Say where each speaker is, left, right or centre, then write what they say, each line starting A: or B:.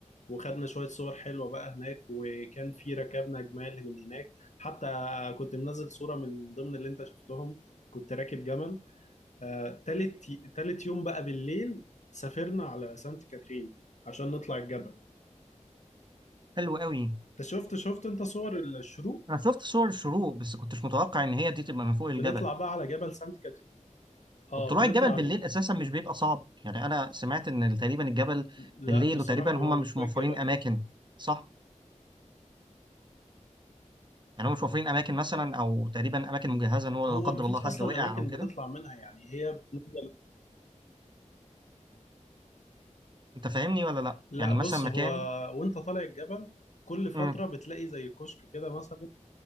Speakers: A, on the left; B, on the right.
A: وخدنا شوية صور حلوة بقى هناك وكان في ركبنا جمال من هناك حتى كنت منزل صورة من ضمن اللي انت شفتهم كنت راكب جمل آه، تالت تالت يوم بقى بالليل سافرنا على سانت كاترين عشان نطلع الجبل
B: حلو قوي
A: انت شفت شفت انت صور الشروق
B: انا شفت صور الشروق بس كنتش متوقع ان هي دي تبقى من فوق الجبل
A: بنطلع بقى على جبل سانت كاترين اه
B: وطلوع
A: بنطلع
B: الجبل بالليل
A: على
B: اساسا مش بيبقى صعب يعني انا سمعت ان تقريبا الجبل
A: لا
B: بالليل
A: بصراحة
B: وتقريبا
A: هو
B: هم
A: من
B: مش
A: فوق
B: موفرين
A: الجبل
B: اماكن صح يعني هم مش وفرين اماكن مثلا او تقريبا اماكن مجهزه ان هو
A: هو
B: لا قدر
A: مفيش
B: الله حد
A: أصلا
B: وقع
A: أماكن
B: او كده
A: بتطلع منها يعني هي بنفضل
B: انت فاهمني ولا لا
A: لا
B: يعني مثلا
A: بص
B: مكان
A: هو وأنت طالع الجبل كل فترة
B: امم
A: بتلاقي زي كشك كده مثلا